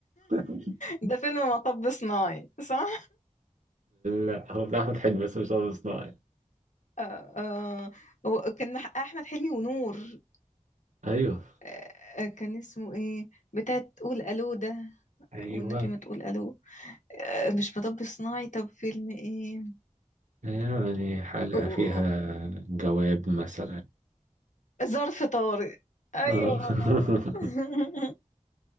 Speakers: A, on the right; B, on the left.
A: <laughs>
B: ده فيلم مطب صناعي صح
A: لا هو بتاع أحمد حلمي بس مش عارف صناعي
B: آه آه وكان مح- احمد حلمي ونور
A: ايوه
B: آه آه، كان اسمه ايه بتاع تقول الو ده
A: ايوه
B: والنبي ما تقول الو آه مش مطب صناعي طب فيلم ايه
A: يعني حلقة
B: آه، آه،
A: فيها جواب مثلا
B: آه، ظرف طارق ايوه
A: اه <laughs>
B: <laughs>